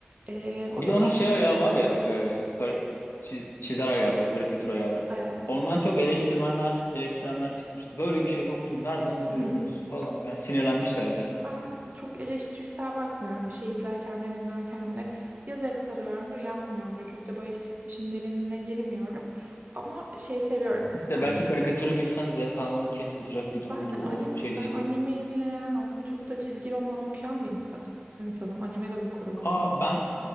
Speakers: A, on the right; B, on the left.
A: E, o
B: Bir de
A: da farklı.
B: onun şey ayağı var ya e, kar- çi- çizer ayağı var, karikatür ayağı var.
A: Evet.
B: Ondan çok eleştirmenler eleştirenler çıkmıştı. Böyle bir şey yoktu. Nereden uydurdunuz
A: <laughs>
B: falan filan. Sinirlenmişlerdi yani.
A: Ben çok eleştirisel bakmıyorum. Bir şey izlerken de dinlerken de ya zevk alıyorumdur ya almıyorumdur. Çok da böyle iş- işin derinine girmiyorum. Ama şey seviyorum
B: İşte
A: yani.
B: belki karikatürü bilsen zevk almana ket vuracak bir durumdu
A: Ben
B: o
A: anime,
B: çelişki.
A: ben anime izleyen aslında çok da çizgi roman okuyan bir insan, insanım. Anime de okurum aynı.
B: Aa ben